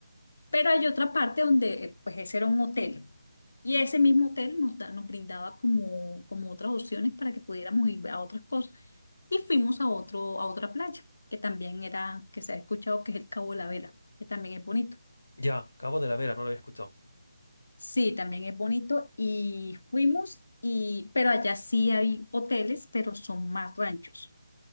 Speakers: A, on the left; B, on the left.
A: Pero hay otra parte donde, eh, pues ese era un hotel. Y ese mismo hotel nos, da- nos brindaba como, como otras opciones para que pudiéramos ir a otras cosas. Y fuimos a otro, a otra playa, que también era, que se ha escuchado que es el Cabo de la Vela, que también es bonito.
B: ya. Cabo de la Vera, no lo había escuchado.
A: Sí, también es bonito. Y fuimos, y, pero allá sí hay hoteles, pero son más ranchos.